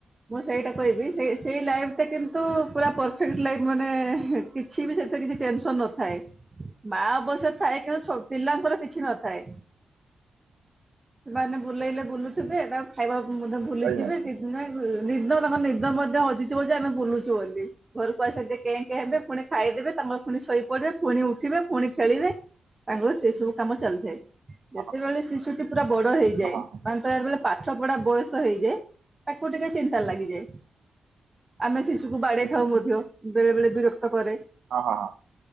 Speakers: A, on the right (about 25°); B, on the right (about 80°).
A: ମୁଁ ସେଇଟା କହିବି ସେ ସେଇ ଲାଇଫଟା କିନ୍ତୁ ପୁରା ପରଫେକ୍ଟ ଲାଇଫ ମାନେ କିଛି ବି ସେଥିରେ କିଛି ଟେନସନ ନଥାଏ ମା ଅବଶ୍ୟ ଥାଏ କିନ୍ତୁ ଛୋ ପିଲାଙ୍କର କିଛି ନଥାଏ ସେମାନେ ବୁଲେଇଲେ ବୁଲୁଥିବେ ତା ଖାଇବା ମଧ୍ୟ ଭୁଲିଯିବେ
B: ଆଜ୍ଞା
A: କି ନାଇଁ ନିଦ ତାଙ୍କ ନିଦ ମଧ୍ୟ ହଜିଯିବ ଯେ ଆମେ ବୁଲୁଛୁ ବୋଲି। ଘରକୁ ଆସିଲେ ଟିକେ କେଁ କେଁ ହେବେ ପୁଣି ଖାଇଦେବେ ତାଙ୍କର ପୁଣି ଶୋଇପଡିବେ ପୁଣି ଉଠିବେ ପୁଣି ଖେଳିବେ ତାଙ୍କର ସେଇ ସବୁ କାମ ଚାଲିଥାଏ। ଯେତେବେଳେ
B: ହଁ
A: ଶିଶୁଟି ପୁରା ବଡ ହେଇଯାଏ।
B: ହଁ ହଁ
A: ତାଙ୍କର ଯେତେବେଳେ ପାଠ ପଢା ବୟସ ହେଇଯାଏ ତାକୁ ଟିକେ ଚିନ୍ତା ଲାଗିଯାଏ ଆମେ ଶିସ୍ କୁ ବାଡେଇ
B: ହୁଁ
A: ଥାଉ
B: ହୁଁ ହୁଁ
A: ମଧ୍ୟ ବେଳେ ବେଳେ ବିରକ୍ତ କରେ।
B: ହଁ ହଁ ହଁ